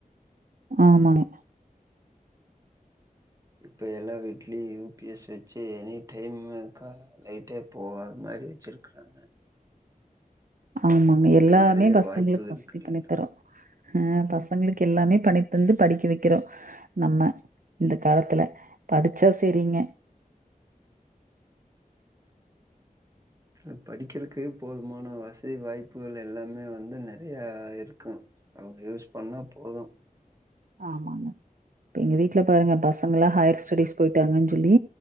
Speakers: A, on the right; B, on the right.
A: ஆமாங்க
B: இப்போ எல்லா வீட்லயு யு பி எஸ் வெச்சு எனி டைமு க லைட்டா இப்போ நறையா வெச்சிருக்குறாங்க
A: ஆமாங்க எல்லாமே
B: நெறைய
A: பசங்களுக்கு
B: வாய்ப்பு இருக்கு
A: வசதி
B: இல்லைங்
A: பண்ணி தரு ஆ பசங்களுக்கு எல்லாமே பண்ணி தந்து படிக்க வைக்கிறோ நம்ம இந்த காலத்துல படிச்சா சேரிங்க
B: ம் படிக்கிறக்கு போதுமான வசதி வாய்ப்புகள் எல்லாமே வந்து நறையா இருக்கு அவங்க யூஸ் பண்ணா போது
A: ஆமாங்க இப்ப எங்க வீட்ல பாருங்க பசங்கெல்லா ஹையர் ஸ்டடிஸ் போயிட்டாங்கன் சொல்லி